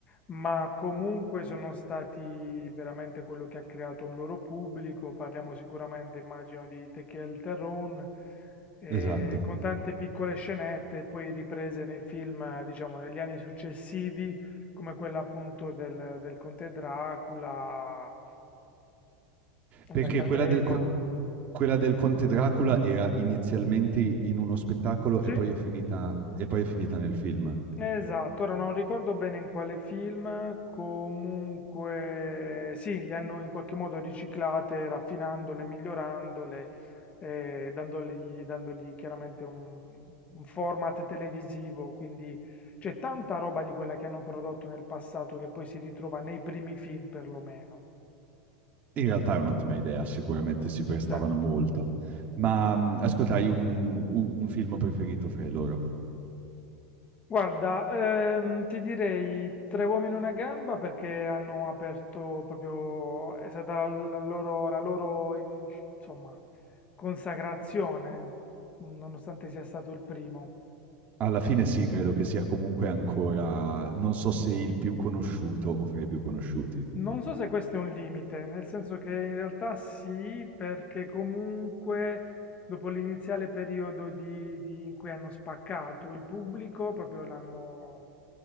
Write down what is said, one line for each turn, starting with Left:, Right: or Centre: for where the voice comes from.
Left: ma comunque sono stati veramente quello che ha creato un loro pubblico. Parliamo sicuramente, immagino, di Tequel Terron, eh,
Right: Esatto.
Left: con tante piccole scenette, poi riprese nei film, eh, diciamo, negli anni successivi, come quella appunto del, del Conte Dracula.
Right: Perché
Left: La Cadrega.
Right: quella del, con- quella del Conte Dracula era inizialmente in uno spettacolo
Left: Sì,
Right: e poi è finita, e poi è finita nel film.
Left: esatto. Ora non ricordo bene in quale film, comunque sì, le hanno in qualche modo riciclate, raffinandole, migliorandole, eh, dandogli, dandogli chiaramente un, un format televisivo. Quindi c'è tanta roba di quella che hanno prodotto nel passato che poi si ritrova nei primi film perlomeno.
Right: In realtà è un'ottima idea, sicuramente si prestavano
Left: Certo.
Right: molto. Ma mh, ascolta, hai un, u- un film preferito fra i loro?
Left: Guarda, ehm, ti direi tre uomini e una gamba perché hanno aperto proprio, è stata la loro, la loro, in- insomma, consacrazione, nonostante sia stato il primo.
Right: Alla fine sì, credo che sia comunque ancora, non so se il più conosciuto o fra i più conosciuti.
Left: Non so se questo è un limite, nel senso che in realtà sì, perché comunque dopo l'iniziale periodo di- di- in cui hanno spaccato il pubblico, proprio l'hanno